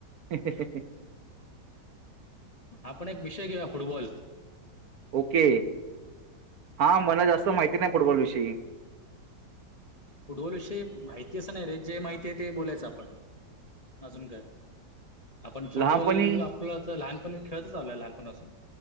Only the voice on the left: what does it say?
आपण एक विषय घेऊया फुटबॉल
फुटबॉल विषयी माहिती असं नाही रे जे माहिती आहे ते बोलायचं आपण अजून काय? आपण फुटबॉल
आपलं तर लहानपणी खेळतच आलोय लहानपण असून